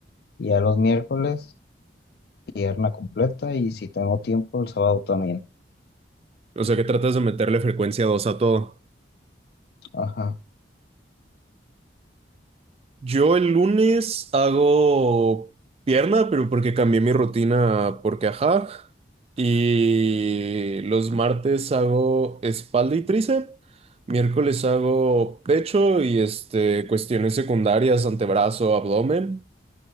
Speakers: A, on the left (about 55°); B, on the right (about 35°).
A: Y a los miércoles, pierna completa y si tengo tiempo, el sábado también.
B: O sea que tratas de meterle frecuencia dos a todo.
A: Ajá,
B: Yo el lunes hago pierna, pero porque cambié mi rutina, porque ajá. Y los martes hago espalda y tríceps. Miércoles hago pecho y este, cuestiones secundarias, antebrazo, abdomen.